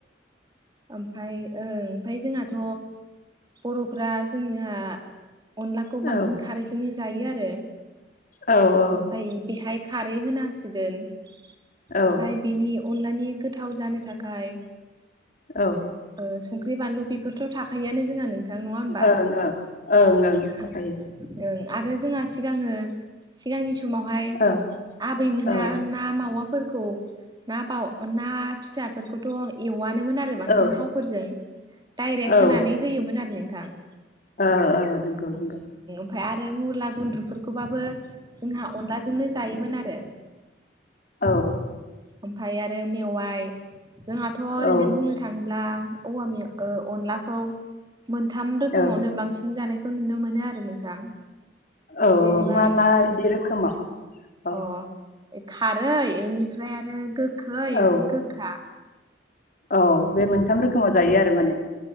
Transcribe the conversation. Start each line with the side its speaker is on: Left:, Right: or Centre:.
Right: ओमफाय ओं ओमफाय जोंहाथ' बर'फ्रा जोंनिहा अनलाखौ बांसिन
Left: औ
Right: खारैजोंनो जायो आरो
Left: औ
Right: ओमफाय बेहाय खारै होना होसिगोन।
Left: औ
Right: ओमफाय
Left: औ
Right: बिनि अनलानि गोथाव जानो थाखाय
Left: औ
Right: ओ सं ख्रि बानलु बेफोरथ' थाखायोआनो जोंहा नोंथां नङा ओमबा
Left: ओं ओं थाखायो
Right: ओं ओं आरो जोंहा सिगाङो सिगांनि समावहाय
Left: ओं
Right: आबैमोनहा
Left: ओं
Right: ना मावाफोर खौ ना बाव ना फिसाफोरखौथ' एवा। नोमोन आरो बांसिन।
Left: औ
Right: फोरजों दाइरेक्ट
Left: औ
Right: होनानै होयोमोन आरो नोंथां। थां
Left: ओ ओ नोंगौ नंगौ।
Right: फाय आरो मुला गुन्द्रुफोरखौबाबो जोंहा अनलाजोंनो जायोमोन आरो
Left: औ
Right: ओमफाय आरो मेवाइ जोंहाथ' ओरैनो
Left: औ
Right: बुंनो थाङो बा औवा मेव ओ अमलाखौ मोनथाम रोखोमावनो
Left: औ
Right: बांसिन जानाय खौ नुनो मोनो आरो नोंथां
Left: औ
Right: जेनेबा
Left: मा मा इदि रोखोमाव औ
Right: अ' खारै इनिफ्राय आरो गो खै ओमफाय
Left: औ
Right: गोखा
Left: औ बे मोनथाम रोखोमाव जायो आरो माने।